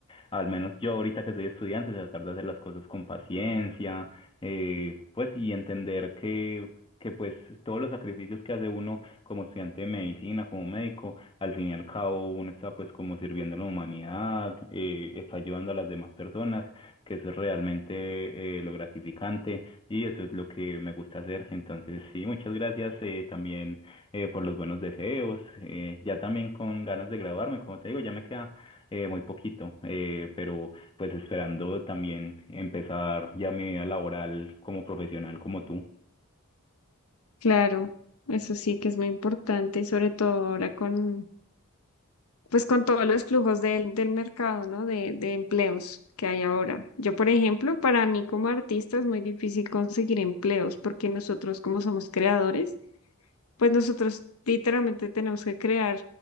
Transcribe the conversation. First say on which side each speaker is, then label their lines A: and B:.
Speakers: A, on the left; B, on the left.
A: al menos yo ahorita que soy estudiante, tratar de hacer las cosas con paciencia, eh, pues y entender que, que pues todos los sacrificios que hace uno como estudiante de medicina, como médico, al fin y al cabo uno está pues como sirviendo a la humanidad, eh, está ayudando a las demás personas, que eso es realmente eh, lo gratificante y eso es lo que me gusta hacer. Entonces, sí, muchas gracias eh, también eh, por los buenos deseos, eh, ya también con ganas de graduarme, como te digo, ya me queda eh, muy poquito, eh, pero pues esperando también empezar ya mi vida laboral como profesional como tú.
B: Claro, eso sí que es muy importante y sobre todo ahora con, pues con todos los flujos del, del mercado, ¿no? De, de empleos que hay ahora. Yo, por ejemplo, para mí como artista es muy difícil conseguir empleos porque nosotros como somos creadores, pues nosotros literalmente tenemos que crear